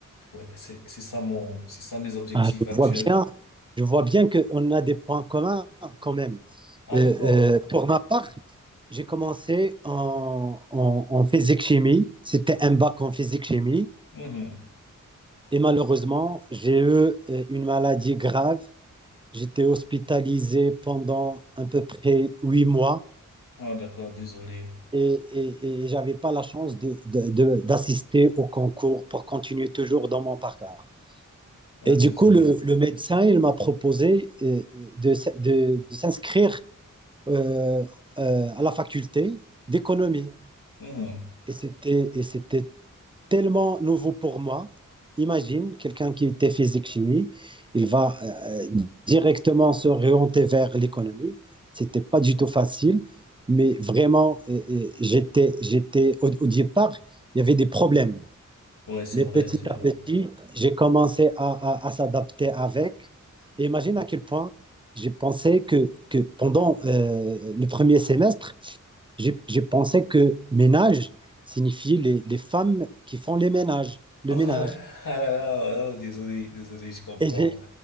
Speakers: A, on the left; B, on the right.
A: Ouais, c'est c'est ça mon c'est ça mes objectifs
B: Je
A: actuels.
B: vois bien, je vois bien qu'on a des points communs quand même.
A: Ah
B: Euh,
A: d'accord.
B: euh, pour ma part, j'ai commencé en, en, en physique-chimie. C'était un bac en physique-chimie.
A: Mhm.
B: Et malheureusement, j'ai eu euh, une maladie grave. J'étais hospitalisé pendant à peu près huit mois
A: Ah d'accord, désolé.
B: et, et, et j'avais pas la chance de- de- de- d'assister au concours pour continuer toujours dans mon parcours.
A: Ah
B: Et
A: désolé.
B: du coup, le, le médecin, il m'a proposé euh, de, de- de s'inscrire euh, euh, à la faculté d'économie.
A: Mhm.
B: Et c'était, et c'était tellement nouveau pour moi. Imagine quelqu'un qui était physique-chimie, il va euh, directement se réorienter vers l'économie. C'était pas du tout facile, mais vraiment, euh, euh, j'étais, j'étais au, au départ, il y avait des problèmes.
A: Ouais, c'est
B: Mais
A: vrai,
B: petit
A: c'est
B: à
A: vrai.
B: petit,
A: <laughs>
B: j'ai commencé à, à- à s'adapter avec. Et imagine à quel point j'ai pensé que, que pendant euh, le premier semestre, j'ai j'ai pensé que ménage signifie les, les femmes qui font les ménages, le
A: Oh
B: ménage.
A: là ah là, là, oh, désolé, désolé, je comprends.
B: Et j'ai